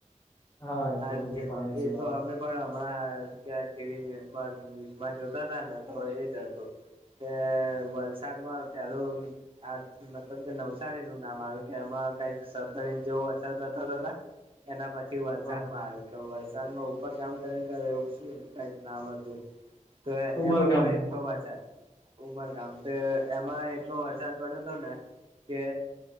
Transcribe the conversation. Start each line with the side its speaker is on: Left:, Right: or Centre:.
Left: હા, એટલું
Right: આ
Left: બધું પાણી
Right: એ
Left: છે.
Right: તો અમે પણ હમણાંં ટીવી ન્યુઝમાં જોતા હતા ને, તો એ જ હતું. કે વલસાડમાં પેલું. આ, મતલબ કે નવસારી નું નામ આવ્યું કે એમાં કઈક સત્તર ઇંચ જેવો વરસાદ બતાતા હતા. એના પછી વ
Left: હા.
Right: વરસાડમાં આવ કે, વરસાડમાં ઉપર કામ કરીને, એવું શું કઈક નામ હતું. તો
Left: ઉમરગામ
Right: એમાં પણ એટલો વરસાદ. ઉમરગામ તો એમાં એટલો વરસાદ પડ્યો હતો ને કે.